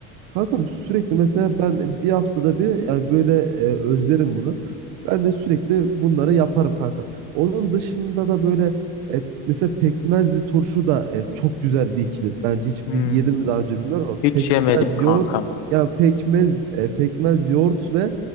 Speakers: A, on the right; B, on the left.
A: Kanka sürekli mesela ben bir haftada bir yani böyle e, özlerim bunu. Ben de sürekli bunları yaparım kanka. Onun dışında da böyle e, mesela pekmezli turşu da e, çok güzel bir ikili. Bence hiç
B: Hmm,
A: bir, yedim mi daha önce bilmiyorum ama
B: hiç
A: pekmez
B: yemedim kankam.
A: yoğurt yani pekmez e, pekmez yoğurt ve